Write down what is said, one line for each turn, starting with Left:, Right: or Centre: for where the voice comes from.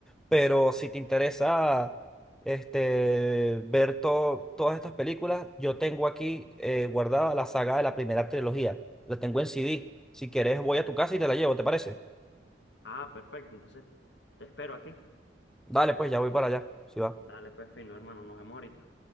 Centre: Pero si te interesa este, ver to- todas estas películas, yo tengo aquí eh, guardada la saga de la primera trilogía. La tengo en CD. Si quieres, voy a tu casa y te la llevo, ¿te parece?
Left: Ah, perfecto, entonces te espero aquí.
Centre: Dale, pues ya voy para allá. Si va.
Left: Dale, pues fino, hermano, nos vemos ahorita.